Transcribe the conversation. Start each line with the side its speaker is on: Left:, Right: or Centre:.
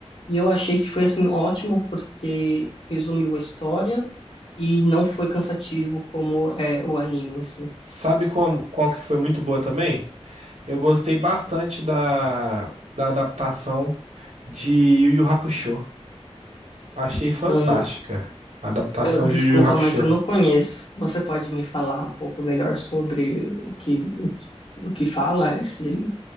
Left: E eu achei que foi assim ótimo porque resumiu a história e não foi cansativo como é o anime em si.
Right: Sabe como, qual que foi muito boa também? Eu gostei bastante da, da adaptação de Yu Yu Hakusho. Achei fantástica
Left: Eu,
Right: a adaptação
Left: eu- desculpa,
Right: de Yu Yu Hakusho.
Left: mas eu não conheço. Você pode me falar um pouco melhor sobre o que o, que- o que fala esse,